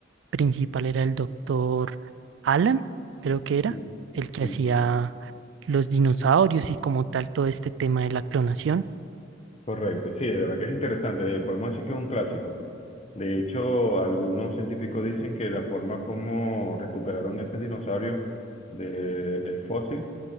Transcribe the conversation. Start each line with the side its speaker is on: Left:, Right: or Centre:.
Right: principal era el doctor Alan, creo que era,
Left: Sí,
Right: el que
Left: sí.
Right: hacía los dinosaurios y como tal todo este tema de la clonación.
Left: Correcto, sí, de verdad que es interesante. eh, Podemos decir que es un clásico. De hecho, algunos científicos dicen que la forma como recuperaron este dinosaurio del fósil